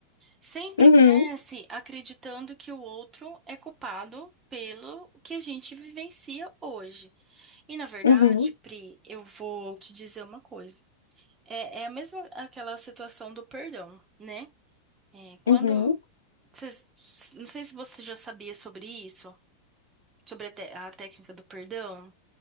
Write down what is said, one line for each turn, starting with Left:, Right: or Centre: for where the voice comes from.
Right: Sempre
Left: Uhum,
Right: cresce acreditando que o outro é culpado pelo que a gente vivencia hoje. E na verdade,
Left: uhum,
Right: Pri, eu vou te dizer uma coisa. É, é a mesma aquela situação do perdão, né? É, quando
Left: uhum.
Right: cês- não sei se você já sabia sobre isso, sobre a te- a técnica do perdão.